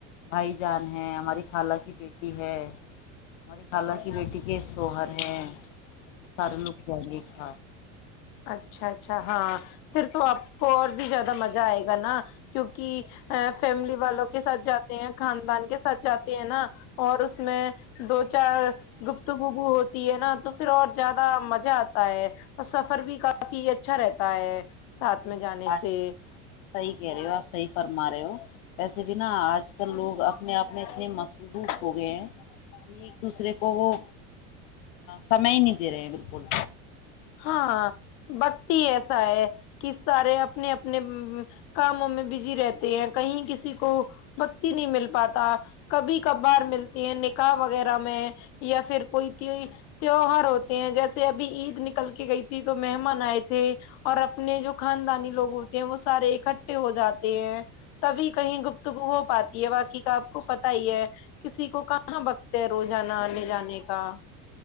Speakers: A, on the left; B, on the left.
A: بھائی جان ہے ہماری خالہ کی بیٹی ہے ہماری خالہ کی بیٹی کے سوہر ہے سارے لوگ آئی گے ایک ک
B: اچھا اچھا ہاں پھر تو آپ کو اور بھی زیادہ مزہ آئے گا نا کیوںکہ ا فیملی والوں کے ساتھ جاتے ہیں خاندان کے ساتھ جاتے ہیں نا اور اس میں دو چار گپت گوگو ہوتی ہے نا تو اور زیادہ مز مہ آتا ہے اور سفر بھی کافی یہ اچھا رہتا ہے ساتھ
A: صحیح
B: میں جانے
A: ہے آج
B: سے
A: صحیح کہہ رہے ہو آپ صحیح فرما رہے ہو ویسے بھیناا آج کل لوگ اپنے آپ میں اتنے مصبوط ہو گئے ہیں کہ ایک دوسرے کو وہ سمے ہی نہیں دے رہے ہیں بالکل
B: ہاں بکتی ایسا ہے کہ سارے اپنے اپنے کاموں میں بزی رہتے ہیں کہیں کسی کو بکتی نہیں مل پاتا کبھی کبھار ملتے ہیں نکاح وغیرہ میں یا پھر کوئی تیوہار ہوتے ہیں جیسے ابھی عید نکل کے گئی تھی تو مہمان آئے تھے تھے اور اپنے جو خاندانی لوگ ہوتے وہ سارے اکٹھے ہو جاتے ہیں تبھی کہیں گپت ہو پاتی ہے باقی کا آپ کو پتا ہی ہے کسی کو کہاں بکتے ہے روزانہ آنے جانے کا